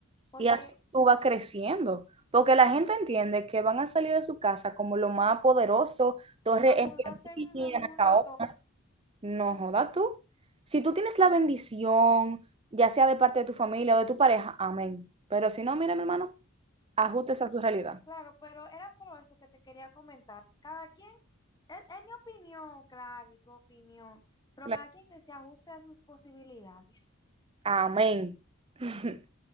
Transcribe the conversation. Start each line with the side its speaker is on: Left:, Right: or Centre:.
Left: porque
Right: Y así tú vas creciendo. Porque la gente entiende que van a salir de su casa como lo más poderoso, torre
Left: a mudarse
Right: en Piantini,
Left: en, un- en
Right: en Acaona.
Left: una torre.
Right: No joda tú. Si tú tienes la bendición, ya sea de parte de tu familia o de tu pareja, amén. Pero si no, mira, mi hermano, ajustes a su realidad.
Left: Claro, pero era solo eso que te quería comentar. Cada quien, es, es mi opinión, claro, y tu opinión, pero
Right: Claro.
Left: cada quien que se ajuste a sus posibilidades.
Right: Amén. <laughs>